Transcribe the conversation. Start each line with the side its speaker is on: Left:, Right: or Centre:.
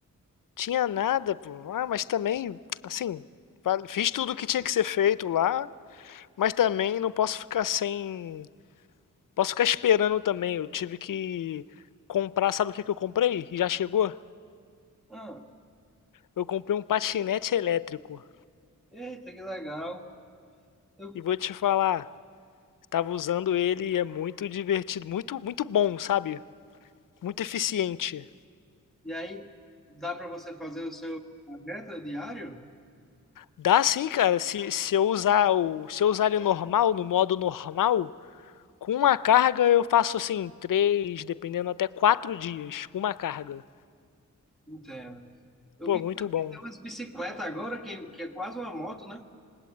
Left: Tinha nada, pô. Ah, mas também, assim, fa- fiz tudo o que tinha que ser feito lá. Mas também não posso ficar sem. Posso ficar esperando também. Eu tive que comprar, sabe o que que eu comprei? E Já chegou?
Centre: Ah,
Left: Eu comprei um patinete elétrico.
Centre: eita, que legal. Eu,
Left: E vou te falar, estava usando ele e é muito divertido, muito, muito bom, sabe? Muito eficiente.
Centre: e aí, dá para você fazer o seu meta diário?
Left: Dá sim, cara. Se, se eu usar o, se eu usar ele normal, no modo normal, com uma carga eu faço assim, três, dependendo até quatro dias, com uma carga.
Centre: Entendo. Eu
Left: Pô,
Centre: vi
Left: muito
Centre: que
Left: bom.
Centre: tem umas bicicletas agora, que, que é quase uma moto, né?